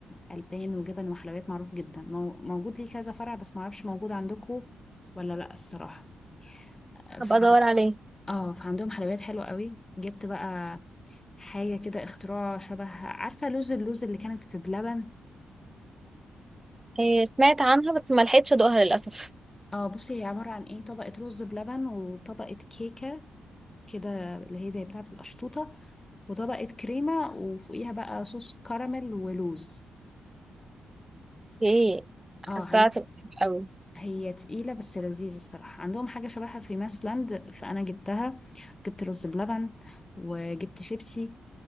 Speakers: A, on the left (about 25°); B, on the right (about 20°).
A: البان وجبن وحلويات معروف جدا مو- موجود ليه كذا فرع بس معرفش موجود عندكم ولا لا الصراحه ف...
B: هبقى ادور عليه
A: اه فعندهم حلويات حلوه قوي جبت بقى حاجه كده اختراع شبه عارفه لوز اللوز اللي كانت في بلبن
B: آه سمعت عنها بس ما لحقتش ادوقها للأسف
A: اه بصي هي عباره عن ايه طبقه رز بلبن وطبقه كيكه كده اللي هي زي بتاعه القشطوطه وطبقه كريمه وفوقيها بقى صوص كراميل ولوز
B: ايه حاساها
A: اه عندهم
B: تبقى حلوة اوي
A: هي تقيلة بس لذيذة الصراحة عندهم حاجة شبهها في ماسلاند فأنا جبتها جبت رز بلبن وجبت شيبسي